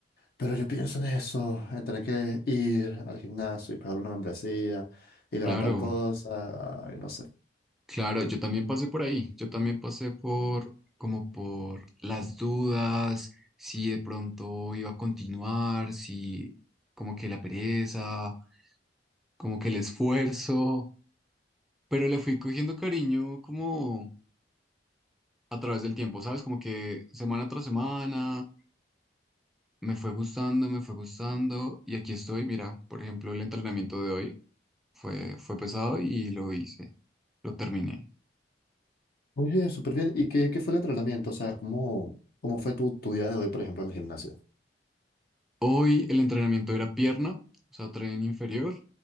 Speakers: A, on the left (about 60°); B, in the centre.
A: Pero yo pienso en eso, en tener que ir al gimnasio y pagar una membresía y levantar
B: Claro,
A: cosas, y no sé.
B: claro, yo también pasé por ahí, yo también pasé por como por las dudas, si de pronto iba a continuar, si como que la pereza, como que el esfuerzo, pero le fui cogiendo cariño como a través del tiempo, ¿sabes? Como que semana tras semana. Me fue gustando, me fue gustando y aquí estoy. Mira, por ejemplo, el entrenamiento de hoy fue, fue pesado y lo hice, lo terminé.
A: Oye, súper bien. ¿Y qué, qué fue el entrenamiento? O sea, ¿cómo, cómo fue tu, tu día de hoy, por ejemplo, en el gimnasio?
B: Hoy el entrenamiento era pierna, o sea, tren inferior.